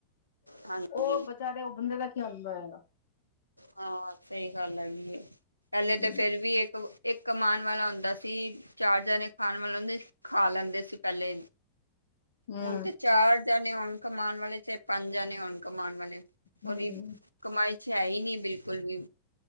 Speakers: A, on the right (about 85°); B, on the left (about 60°).
A: ਹਾਂਜੀ
B: ਓ ਬਚਾਰੇ ਓ ਬੰਦੇ ਦਾ ਕੀ ਹਾਲ ਹੁੰਦਾ ਹੋਏਗਾ?
A: ਹਾਂ, ਸਈ ਗੱਲ ਹੈਗੀ ਏ। ਪੈਲੇ
B: ਹੂੰ
A: ਤੇ ਫੇਰ ਵੀ ਏਕ ਏਕ ਕਮਾਨ ਵਾਲਾ ਹੁੰਦਾ ਸੀ ਚਾਰ ਜਨੇ ਖਾਣ ਵਾਲੋਂ ਹੁੰਦੇ ਸੀ, ਖਾ ਲੈਂਦੇ ਸੀ ਪੈਲੇ
B: ਹੂੰ
A: ਹੁਣ ਤੇ ਚਾਰ ਜਣੇ ਹੋਣ ਕਮਾਨ ਵਾਲੇ ਚਾਏ ਪੰਜ ਜਾਣੇ ਹੋਨ ਕਮਾਣ ਵਾਲੇ
B: ਹੂੰ
A: ਓਦੀ ਕਮਾਈ ਛ ਹੈ ਈ ਨੀਂ ਬਿਲਕੁਲ ਵੀ,